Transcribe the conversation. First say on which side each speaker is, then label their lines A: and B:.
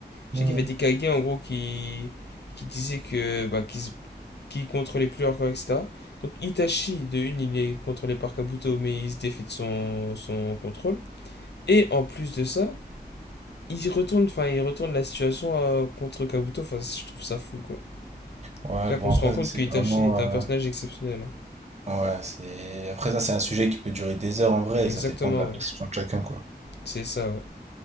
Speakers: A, on the left; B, on the right.
A: Je
B: Mhm.
A: sais qu'il y avait des Kage en gros qui qui disaient que bah qu'ils se- qu'ils contrôlaient plus leur corps et etc. Donc Itachi de une il est contrôlé par Kabuto mais il se défait de son son contrôle et en plus de ça il retourne enfin il retourne la situation euh, contre Kabuto enfin je trouve ça fou quoi.
B: Ouais,
A: C'est là
B: bon,
A: qu'on se
B: après,
A: rend compte
B: ça, c'est
A: qu'Itachi
B: vraiment.
A: est
B: euh,
A: un personnage exceptionnel. hein.
B: Ouais, c'est. Après, ça, c'est un sujet qui peut durer des heures en vrai.
A: Exactement,
B: et Ça dépend de la perception
A: ouais.
B: de chacun, quoi.
A: C'est ça, ouais.